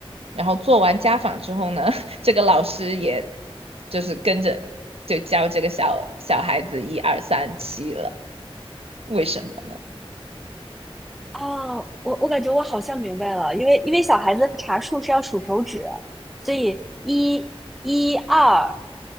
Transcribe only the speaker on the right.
然后做完家访之后呢，<laughs> 这个老师也就是跟着就教这个小小孩子一二三七了，为什么呢？